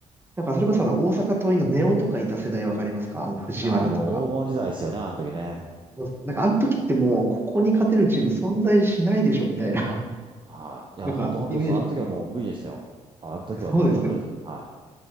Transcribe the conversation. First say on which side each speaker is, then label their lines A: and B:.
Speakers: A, on the right (about 15°); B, on the right (about 35°).
A: なんかそれこそあの大阪桐蔭の根尾とかいた世代わかりますかあの藤原とか。
B: あ、もう黄金時代ですよね、あの時ね。
A: もうなんかあの時ってもうここに勝てるチーム存在しないでしょみたいな、
B: はい。
A: <laughs>
B: いや、
A: なんかイメージだったんです
B: 本当本当にそう。あの時はもう無理でしたよ。あの時はもう勝てるは
A: けど。そうですよね。